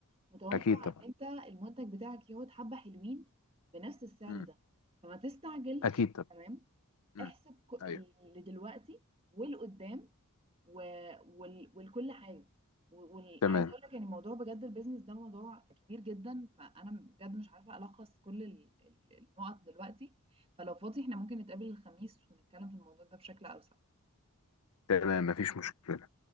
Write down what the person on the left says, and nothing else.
اكيد طبعا
أمم،
اكيد طبعا
أمم،
ايوه
تمام
تمام مفيش مشكلة